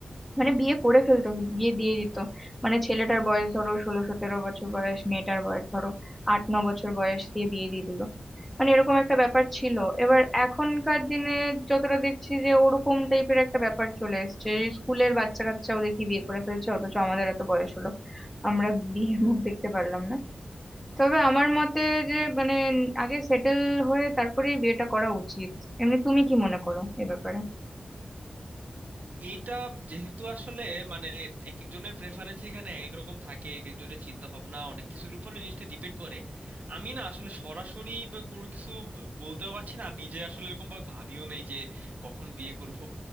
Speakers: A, in the centre; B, on the right.
A: মানে বিয়ে করে ফেলতো বিয়ে দিয়ে দিত মানে ছেলেটার বয়স ধরো ষোলো সতেরো বছর বয়স মেয়েটার বয়স ধরো আট ন বছর বয়স দিয়ে বিয়ে দিয়ে দিল মানে এরকম একটা ব্যাপার ছিল এবার এখনকার দিনে যতটা দেখছি যে ওরকম টাইপের একটা ব্যাপার চলে এসেছে স্কুলের বাচ্চা কাচ্চাও দেখি বিয়ে করে ফেলছে অথচ আমাদের এত বয়স হলো আমরা বিয়ের মুখ দেখতে পারলাম না তবে আমার মতে যে মানে আগে সেটেল হয়ে তারপরেই বিয়েটা করা উচিত এমনি তুমি কি মনে করো এ ব্যাপারে
B: এইটা যেহেতু আসলে মানে এক একজনের প্রেফারেন্স এখানে এক এক রকম থাকে এক একজনের চিন্তা ভাবনা অনেক কিছুর উপরে জিনিসটা ডিপেন্ড করে আমি না আসলে সরাসরি ব- কোনো কিছু ব- বলতেও পারছি না আর নিজে আসলে এরকম ভাবে ভাবিও নেই যে কখন বিয়ে করব